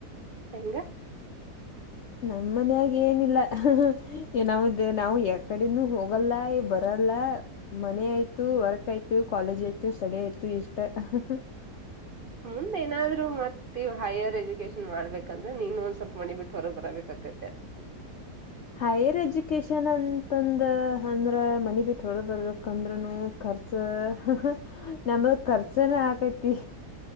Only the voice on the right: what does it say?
ಹೆಂಗ.
ಮುಂದ್ ಏನಾದ್ರು ಮತ್ತ ವು ಹೈಯರ್ ಎಜುಕೇಶನ್ ಮಾಡ್ಬೇಕಂದ್ರೆ ನೀನು ಒಂದ್ ಸ್ವಲ್ಪ ಮನಿ ಬಿಟ್ಟು ಹೊರಗ್ ಬರಬೇಕಕತ್ತ